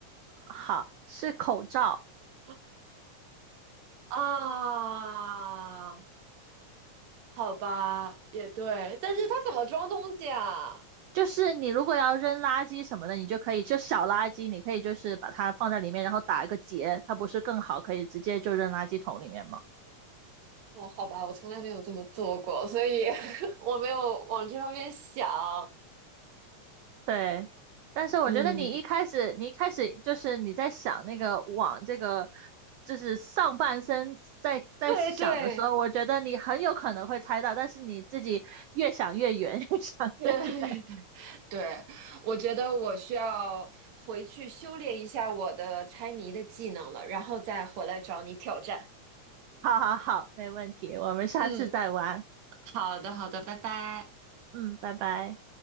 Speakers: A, on the right (about 80°); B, on the right (about 65°).
A: 好，是口罩。
B: <laughs> 啊，好吧，也对，但是它怎么装东西啊？
A: 就是你如果要扔垃圾什么的，你就可以就小垃圾，你可以就是把它放在里面，然后打一个结，它不是更好，可以直接就扔垃圾桶里面吗？
B: 哦，好吧，我从来没有这么做过，所以 <laughs> 我没有往这方面想。
A: 对。但是我觉得你一开始，
B: 嗯，
A: 你一开始就是你在想那个往这个，就是上半身在在想的时候，
B: 对对，
A: 我觉得你很有可能会猜到，但是你自己越想越远，<laughs> 越想越远。
B: 对，<laughs> 对，我觉得我需要回去修炼一下我的猜谜的技能了，然后再回来找你挑战。
A: 好好好，没问题，我们下次再玩。
B: 嗯，好的，好的，拜拜。
A: 嗯，拜拜。